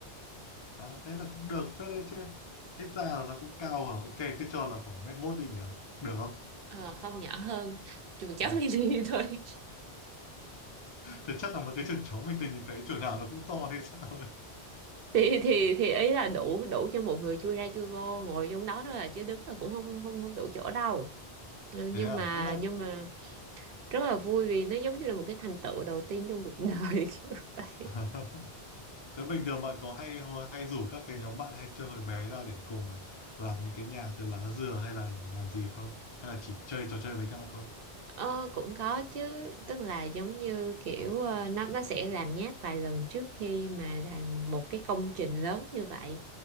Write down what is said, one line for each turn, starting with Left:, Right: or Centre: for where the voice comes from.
Left: à, thế là cũng được phết đấy chứ hết ra là nó cũng cao à ok cứ cho là khoảng mét mốt đi nhở được không
Right: Ờ, không nhỏ hơn chuồng chó
Left: à,
Right: mini <laughs> thôi
Left: thế chắc là một cái trường chó mình từng nhìn thấy trường nào nó cũng to hay sao
Right: thì thì thì ý là đủ đủ cho một người chui ra chui vô ngồi trong đó thôi là chứ đứng là cũng không không không đủ chỗ đâu Ừ,
Left: thế
Right: nhưng
Left: à
Right: mà
Left: tức là
Right: nhưng mà rất là vui vì nó giống như là một cái thành tựu đầu tiên trong cuộc đời <laughs> kiểu vậy
Left: <laughs> thế bình thường bạn có hay hay rủ các cái nhóm bạn hay chơi hồi bé ra để cùng làm những cái nhà từ lá dừa hay là làm gì không hay là chỉ chơi trò chơi với nhau thôi
Right: Ờ, cũng có chứ tức là giống như kiểu ờ, nó nó sẽ làm nháp vài lần trước khi mà làm một cái công trình lớn như vậy